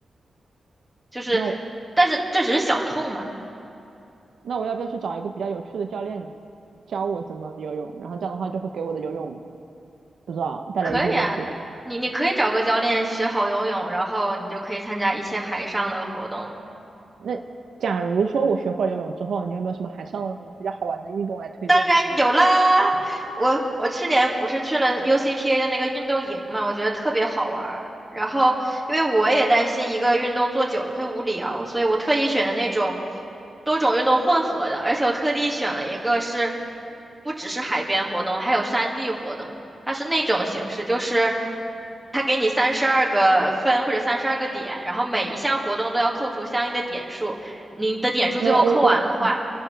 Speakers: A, in the centre; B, on the right.
A: 就是，
B: 那我
A: 但是这只是小痛嘛，
B: 那我要不要去找一个比较有趣的教练呢，教我怎么游泳？然后这样的话就会给我的游泳不知道带来一些乐趣。
A: 可以啊。你你可以找个教练学好游泳，然后你就可以参加一切海上的活动了。
B: 那假如说我学会了游泳之后，你有没有什么海上比较好玩的运动来推荐一下呢？
A: 当然有啦，我我去年不是去了 UCPA 的那个运动营嘛，我觉得特别好玩儿。然后，因为我也担心一个运动做久了会无聊，所以我特意选的那种多种运动混合的，而且我特地选了一个是不只是海边活动，还有山地活动。它是那种形式，就是它给你三十二个分或者三十二个点，然后每一项活动都要扣除相应的点数，你的点数最后扣完了的话。
B: 没有，我我